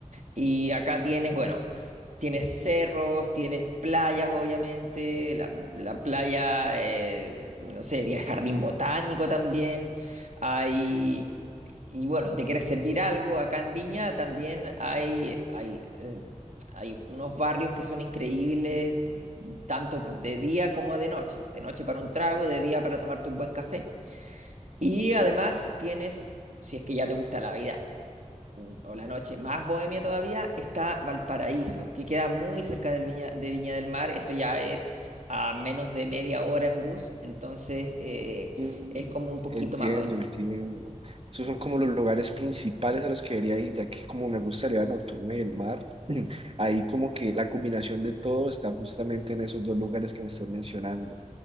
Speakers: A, on the right; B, on the right.
A: Y acá tienes, bueno, tienes cerros, tienes playas, obviamente, la, la playa, eh, no sé, tienes jardín botánico también, hay... Y bueno, si te quieres servir algo, acá en Viña también hay, hay, eh, hay unos barrios que son increíbles, tanto de día como de noche. De noche para un trago y de día para tomarte un buen café. Y además tienes, si es que ya te gusta la vida o la noche más bohemia todavía, está Valparaíso, que queda muy cerca del Viña, de Viña del Mar. Eso ya es a menos de media hora en bus, entonces eh,
B: Mm,
A: es como un poquito
B: Entiendo,
A: más bohemio.
B: entiendo. Esos son como los lugares principales a los que debería ir, ya que como me gusta la vida nocturna y el mar, <clears throat> ahí como que la combinación de todo está justamente en esos dos lugares que me estás mencionando.